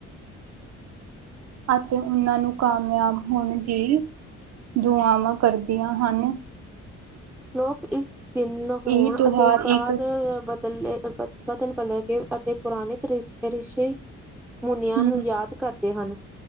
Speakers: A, on the right; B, in the centre.
A: ਅਤੇ ਉਹਨਾਂ ਨੂੰ ਕਾਮਯਾਬ ਹੋਣ ਦੀ ਦੁਆਵਾਂ ਕਰਦੀਆਂ ਹਨ
B: ਲੋਕ ਇਸ ਤਿੰਨ ਹੋਣ
A: ਇਹ ਤਿਉਹਾਰ
B: ਅਤੇ ਬਾਅਦ
A: ਇੱਕ
B: ਬਦ, ਬਦਲ ਬਲ ਗ ਅਤੇ ਪੁਰਾਣੇ ਰਿਸ਼ੇ <unintelligible> ਮੁਨਿਆਂ
A: ਹੂੰ
B: ਨੂੰ ਯਾਦ ਕਰਦੇ ਹਨ